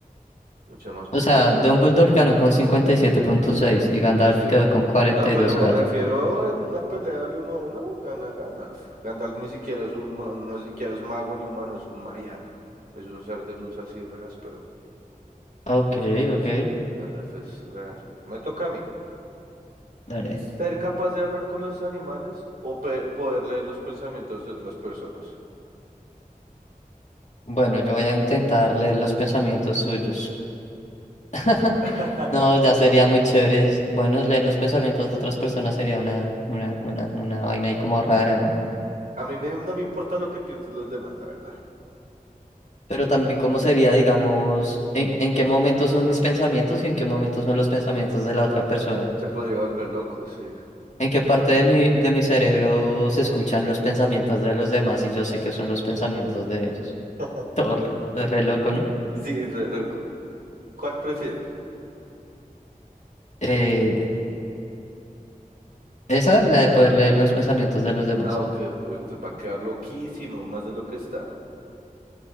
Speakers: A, on the right (about 85°); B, on the left (about 50°).
A: Mucho más
B: O
A: poderoso.
B: sea, Dumbledore ganó con cincuenta y siete punto seis y Gandalf
A: Sí.
B: quedó con cuarenta
A: No, pero
B: y dos
A: me
B: punto
A: refiero
B: cuatro,
A: en una pelea del uno a uno, gana Gandalf. Gandalf ni siquiera es un humano, no ni siquiera es mago ni humano, es un Maiar. Es un ser de luz así re áspero.
B: Ok, ok.
A: Sí, Gandalf es re áspero. Me toca a mí.
B: Dale.
A: ¿Ser capaz de hablar con los animales o pe- poder leer los pensamientos de otras personas?
B: Bueno, yo voy a intentar leer los pensamientos suyos. <laughs>
A: <laughs>
B: No, ya sería muy chévere. Bueno, leer los pensamientos de otras personas sería una, una, una, una vaina ahí como rara, ¿no?
A: A mí me- no me importa lo que piensen los demás, la verdad.
B: Pero también cómo sería, digamos, en, en qué momento son mis pensamientos y en qué momento son los pensamientos de la otra persona.
A: Se podría volver loco, sí.
B: En qué parte de mi, de mi cerebro se escuchan los pensamientos de los demás y yo sé que son los pensamientos de ellos. <laughs>
A: <laughs>
B: Todo lo- re loco, ¿no?
A: Sí, re loco. ¿Cuál prefieres?
B: Eh, esa, la de poder leer los pensamientos de los demás.
A: Ah, ok, ok, usted va a quedar loquísimo, más de lo que está.